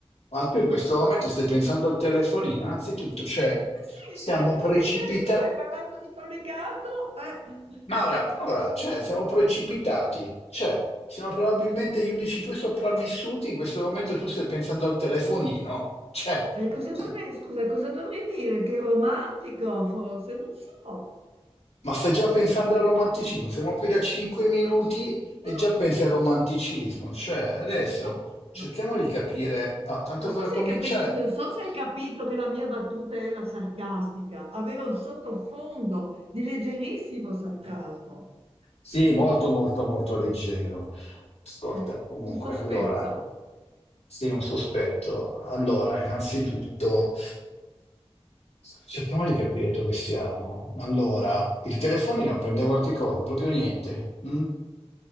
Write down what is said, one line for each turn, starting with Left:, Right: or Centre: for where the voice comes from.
Left: ma tu in questo momento stai pensando al telefonino, anzitutto, cioè,
Right: Ma sì,
Left: siamo
Right: se mi hai fatto
Left: precipitati...
Right: pensare tu, hai parlato di collegato. eh.
Left: Maura, Maura, cioè, siamo precipitati, cioè, siamo probabilmente gli unici due sopravvissuti, in questo momento tu stai pensando al telefonino, cioè...
Right: E
Left: <laughs>
Right: cosa dovrei, scusa, cosa dovrei dire? Che romantico, forse? Non so. No,
Left: Ma stai già pensando al romanticismo? Siamo qui da 5 minuti
Right: no,
Left: e già pensi
Right: no,
Left: al romanticismo.
Right: no,
Left: Cioè, adesso
Right: no,
Left: cerchiamo
Right: no.
Left: di capire. Ah, tanto
Right: Non
Left: per
Right: so se
Left: cominciare,
Right: hai capi- non so se hai capito che la mia battuta era sarcastica, aveva un sottofondo di leggerissimo sarcasmo,
Left: sì, molto, molto, molto leggero. Ascolta,
Right: Sì.
Left: comunque,
Right: un sospetto.
Left: allora, sì, un sospetto. Allora, innanzitutto, cerchiamo di capire dove siamo. Allora, il telefonino prende qualche cosa, proprio niente. mm?